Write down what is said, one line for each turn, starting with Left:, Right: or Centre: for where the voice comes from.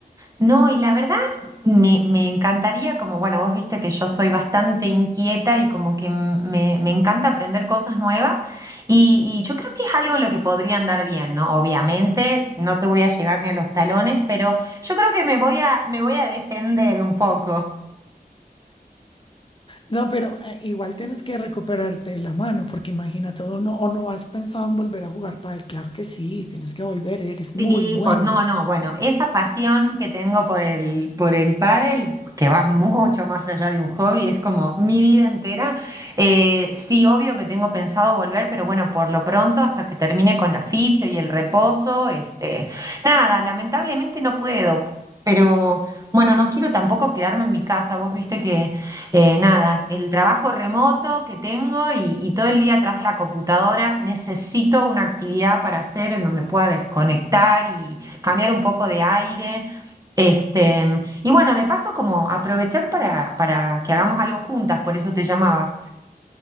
Right: No, y la verdad me, me encantaría, como bueno, vos viste que yo soy bastante inquieta y como que m- me, me encanta aprender cosas nuevas y, y yo creo que es algo en lo que podría andar bien, ¿no? Obviamente no te voy a llegar ni a los talones, pero yo creo que me voy a, me voy a defender un poco.
Left: No, pero eh, igual tienes que recuperarte de la mano, porque imagínate, o no, o no has pensado en volver a jugar pádel, claro que sí, tienes que volver, eres
Right: Sí,
Left: muy buena.
Right: por no, no, bueno, esa pasión que tengo por el, por el pádel, que va mucho más allá de un hobby, es como mi vida entera. Eh, sí, obvio que tengo pensado volver, pero bueno, por lo pronto, hasta que termine con la fisio y el reposo, este, nada, lamentablemente no puedo. Pero bueno, no quiero tampoco quedarme en mi casa. Vos viste que eh, nada, el trabajo remoto que tengo y, y todo el día atrás de la computadora, necesito una actividad para hacer en donde pueda desconectar y cambiar un poco de aire. Este, y bueno, de paso, como aprovechar para, para que hagamos algo juntas, por eso te llamaba.